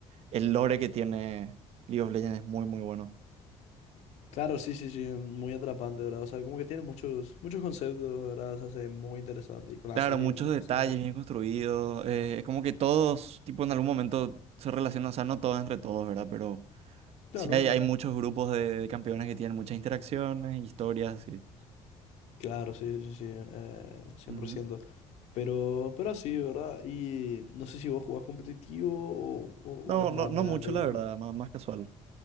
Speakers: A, on the right; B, on the left.
A: el lore que tiene League of Legends es muy, muy bueno.
B: Claro, sí, sí, sí, muy atrapante, ¿verdad? O sea, como que tiene muchos, muchos conceptos, ¿verdad? Se hace muy interesante. Y con la
A: Claro,
B: serie,
A: muchos
B: uno,
A: detalles
B: o sea, con-
A: bien construidos. eh, es como que todos, tipo, en algún momento se relacionan, o sea, no todos entre todos, ¿verdad? Pero
B: Claro,
A: Sí, hay,
B: sí.
A: hay muchos grupos de, de campeones que tienen muchas interacciones, historias, sí.
B: Claro, sí, sí, sí, eh, cien
A: Ujú.
B: por ciento Pero, pero así, ¿verdad? Y no sé si vos jugás competitivo o, o-
A: No,
B: o es más
A: no, no
B: meramente
A: mucho,
B: una...
A: la verdad, más, más casual.